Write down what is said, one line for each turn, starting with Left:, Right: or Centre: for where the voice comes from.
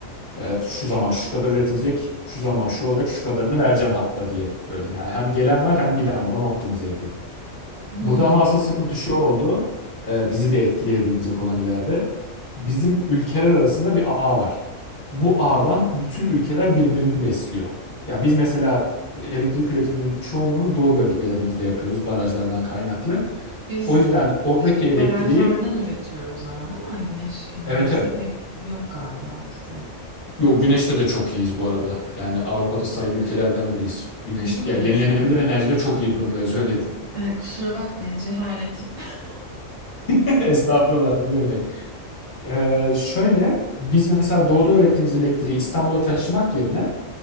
Left: E, şu zaman şu kadar üretilecek, şu zaman şu olacak, şu kadarını vereceğim hatta diye böyle. Yani hem gelen var hem giden var, onu optimize ediyor.
Right: Hmm.
Left: Burada ama asıl sıkıntı şu oldu. e, bizi de etkileyebilecek olan ileride. Bizim ülkeler arasında bir ağ var. Bu ağdan bütün ülkeler birbirini besliyor. Ya biz mesela elektrik üretiminin çoğunluğunu doğu bölgelerimizde yapıyoruz barajlardan kaynaklı.
Right: Biz
Left: O yüzden oradaki
Right: e,
Left: elektriği
Right: barajlardan üretiyoruz ama değil mi? Güneş enerjisi
Left: evet evet.
Right: pek yok galiba bizde.
Left: Yok güneşte de çok iyiyiz bu arada. Yani Avrupa'da sayılı ülkelerden biriyiz. Güneş
Right: İyi miyiz?
Left: ya yenilenebilir enerjide çok iyi durumdayız öyle diyeyim.
Right: Ee, kusura bakmayın cehaletim. <laughs>
Left: <laughs> Estağfurullah ne demek. Ee, şöyle biz mesela doğuda öğrettiğimiz elektriği İstanbul'a taşımak yerine